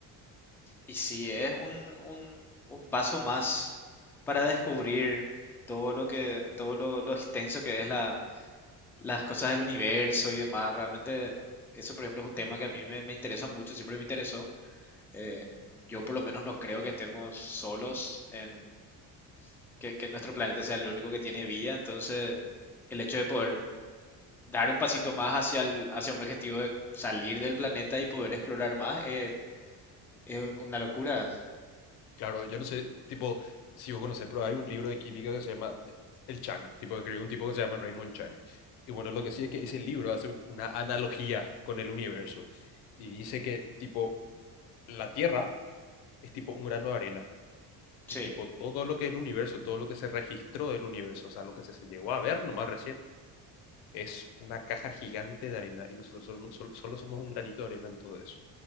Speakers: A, in the centre; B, on the left.
A: Y sí, es un, un- un paso más para descubrir todo lo que, todo lo, lo extenso que es la, las cosas del universo y demás. Realmente, eso, por ejemplo, es un tema que a mí me, me interesa mucho, siempre me interesó. Eh, yo por lo menos no creo que estemos solos en que, que nuestro planeta sea el único que tiene vida. Entonces, el hecho de poder dar un pasito más hacia, el- hacia un objetivo de salir del planeta y poder explorar más eh, es un- una locura.
B: Claro, yo no sé, tipo, si vos conocés, pero hay un libro de química que se llama eh, El Chang, tipo, escribió un tipo que se llama Raymond Chang. Y bueno, lo que sí es que ese libro hace una analogía con el universo y dice que, tipo, la Tierra es tipo un grano de arena
A: Sí,
B: Y tipo, todo lo que es el universo, todo lo que se registró del universo, o sea, lo que se, se llegó a ver nomás recién, es una caja gigante de arena y nosotros solo, no, solo- solo somos un granito de arena en todo eso.